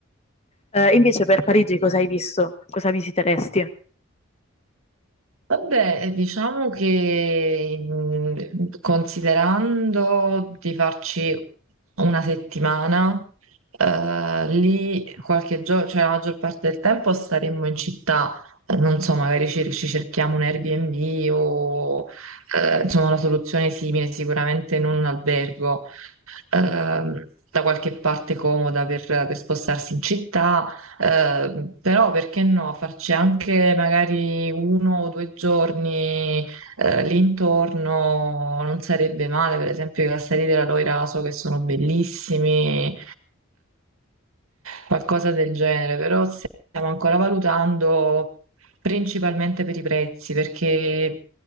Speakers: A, on the left; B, on the right.
A: Eh, invece per Parigi cosa hai visto? Cosa visiteresti?
B: Vabbè, eh, diciamo che mh, considerando di farci una settimana, eh, lì qualche giorno, cioè la maggior parte del tempo staremmo in città, Eh, non so, magari ci, ci cerchiamo un Airbnb o eh, insomma una soluzione simile, sicuramente non un albergo ehm, da qualche parte comoda per, per spostarsi in città, ehm, però perché no, farci anche magari uno o due giorni eh, lì intorno non sarebbe male, per esempio i castelli della Loira so che sono bellissimi, qualcosa del genere, però stiamo ancora valutando principalmente per i prezzi, perché